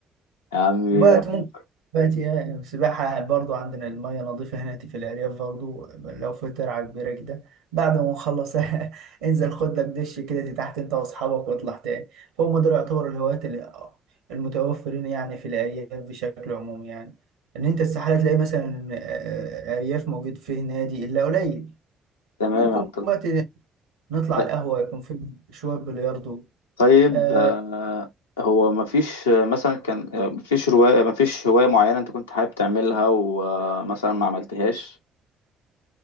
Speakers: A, on the left (about 80°); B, on the right (about 70°).
A: يا عمي
B: وقت
A: ربنا
B: ممكن وقت يعني سباحه برضو عندنا الميه نظيفه هنا في العريف برضو لو في ترعه كبيره كده بعد ما نخلص <laughs> انزل خد لك دش كده تحت انت واصحابك واطلع تاني فهم دول يعتبروا الهوايات ال- المتوفرين يعني في الارياف بشكل عمومي يعني ان انت استحاله تلاقي مثلا آه، آه، ارياف موجود فيه نادي الا قليل
A: تمام
B: ممكن
A: يا عبد
B: بقى نطلع
A: الله
B: القهوه يكون في شويه بلياردو
A: طيب
B: آه،
A: هو مفيش مثلا كان مفيش رواية مفيش هواية معينة انت كنت حابب تعملها ومثلا ما عملتهاش